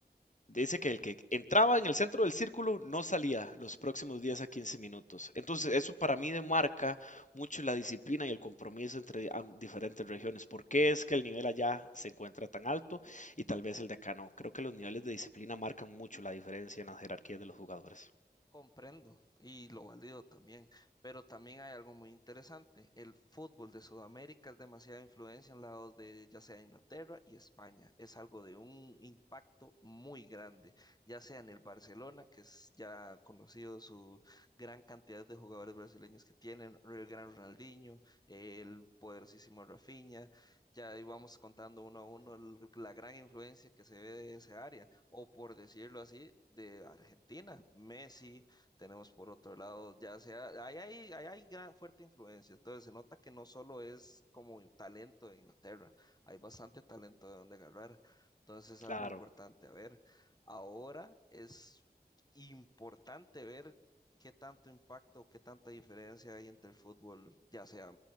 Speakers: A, on the left (about 45°); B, on the left (about 25°).
A: Dice que el que entraba en el centro del círculo no salía los próximos 10 a 15 minutos. Entonces, eso para mí demarca mucho la disciplina y el compromiso entre am- diferentes regiones. ¿Por qué es que el nivel allá se encuentra tan alto y tal vez el de acá no? Creo que los niveles de disciplina marcan mucho la diferencia en las jerarquías de los jugadores.
B: Comprendo y lo valido también, pero también hay algo muy interesante. El fútbol de Sudamérica es demasiada influencia en lados de ya sea Inglaterra y España. Es algo de un impacto muy grande, ya sea en el Barcelona, que es ya conocido su gran cantidad de jugadores brasileños que tienen, el gran Ronaldinho, el poderosísimo Rafinha. Ya íbamos contando uno a uno el- la gran influencia que se ve de esa área o por decirlo así, de Argentina. Messi, tenemos por otro lado, ya sea, ahí hay, ahí hay gran fuerte influencia. Entonces se nota que no solo es como talento de Inglaterra, hay bastante talento de donde agarrar. Entonces es algo
A: Claro,
B: importante. A ver, ahora es importante ver qué tanto impacto, qué tanta diferencia hay entre el fútbol, ya sea